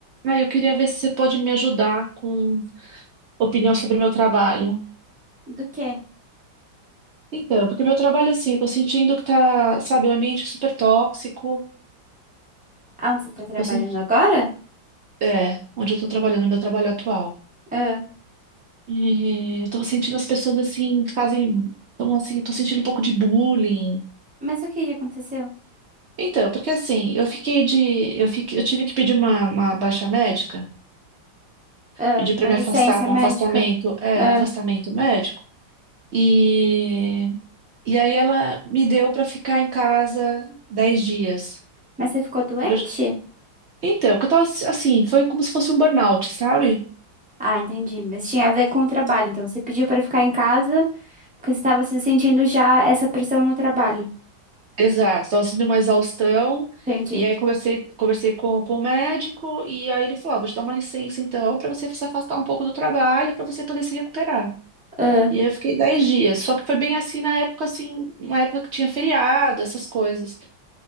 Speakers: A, on the right (about 80°); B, in the centre.
A: Ah, eu queria ver se você pode me ajudar com opinião sobre o meu trabalho.
B: Do quê?
A: Então, porque meu trabalho, assim, eu tô sentindo que tá, sabe, um ambiente super tóxico.
B: Aonde você tá trabalhando
A: Tô senti-
B: agora?
A: É, onde eu tô trabalhando, meu trabalho atual.
B: Ah,
A: E eu tô sentindo as pessoas, assim, fazem... Então, assim, tô sentindo um pouco de bullying.
B: mas o que que aconteceu?
A: Então, porque assim, eu fiquei de... Eu fiquei... eu tive que pedir uma, uma baixa médica.
B: Ah,
A: Pedir pra
B: uma
A: me
B: licença
A: afastar, um
B: médica?
A: afastamento... É,
B: Ah,
A: um afastamento médico. e E aí ela me deu pra ficar em casa 10 dias.
B: mas você ficou doente?
A: Porque eu- Então, que eu tava assim, foi como se fosse um burnout, sabe?
B: Ah, entendi. Mas tinha a ver com o trabalho. Então, você pediu para ficar em casa porque você estava se sentindo já essa pressão no trabalho.
A: Exato, tava sentindo uma exaustão.
B: Entendi.
A: E aí conversei, conversei com, com o médico e aí ele falou, "Ó, vou te dar uma licença então pra você se afastar um pouco do trabalho, pra você poder se recuperar.
B: Ah,
A: E aí eu fiquei 10 dias, só que foi bem assim na época assim, uma época que tinha feriado, essas coisas.